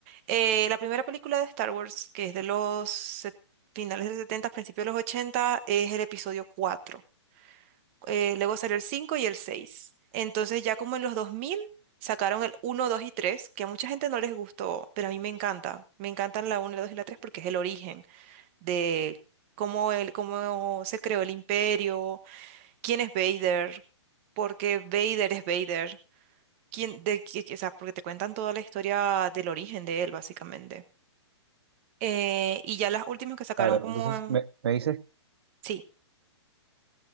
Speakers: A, on the right; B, on the right.
A: eh, la primera película de Star Wars, que es de los set- finales de los 70, principios de los 80 es el episodio cuatro eh, luego salió el 5 y el 6. Entonces ya como en los 2000 sacaron el uno, 2 y 3, que a mucha gente no les gustó, pero a mí me encanta. Me encantan la uno, la 2 y la 3 porque es el origen de cómo, el, cómo se creó el imperio, quién es Vader, porque Vader es Vader. Quién, de, qui- o sea, porque te cuentan toda la historia del origen de él, básicamente. Eh, y ya las últimas que sacaron
B: Claro,
A: como...
B: entonces
A: en-
B: me, me dices,
A: Sí,